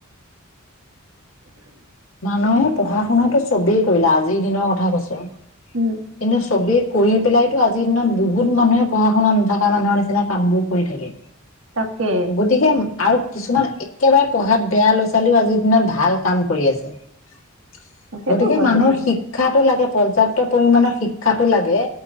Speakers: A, on the left; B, on the right.
A: মানুহে পঢ়া শুনাো চবেই কৰিলা আজিৰ দিনৰ কথা কৈছো
B: উম
A: কিনেু চবেই কৰি পেলাই আজিৰ দিনত বহুত মানুহে পঢ়া শুনা নথকা মানুহ নিচনা কাম বোৰ কৰি থাকে
B: তাকে
A: গতিকে আৰু কিছুমান একেবাৰে পঢ়াত বেয়া ল'ৰা ছোৱালীও আজিৰ দিনা ভাল কাম কৰি আছে হয়
B: সেইটো
A: গতিকে
B: হয়
A: মানুহৰ
B: সেইটো হয়
A: শিক্ষাটো লাগে পৰ্যাপ্ত পৰিমণৰ শিক্ষাটো লাগে